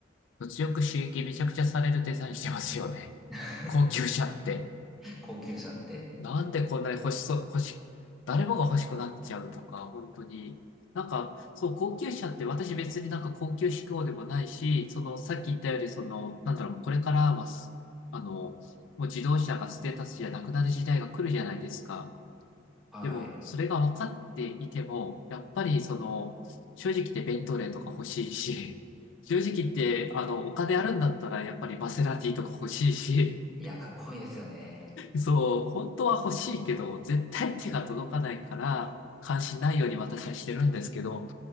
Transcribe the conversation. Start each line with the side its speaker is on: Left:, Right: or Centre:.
Left: 物欲刺激めちゃくちゃされるデザインしてますよね。
Centre: <laughs>
Left: 高級車って。
Centre: 高級車って。
Left: なんでこんなに欲しそう、欲し、誰もが欲しくなっちゃうとか、本当に。なんか、そう、高級車って私別になんか高級志向でもないし、その、さっき言ったより、その、なんだろう、これからはす、あの、もう自動車がステータスじゃなくなる時代が来るじゃないですか。
Centre: はい。
Left: でも、それが分かっていても、
Centre: <laughs>
Left: やっぱりその、正直言ってベントレーとか欲しいし、正直言って、あの、お金あるんだったら、やっぱりマセラティとか欲しいし、
Centre: いや、かっこいいですよね。
Left: そう、本当は欲しいけど、
Centre: 僕も
Left: 絶対手が届かないから、関心ないように私はしてるんですけど、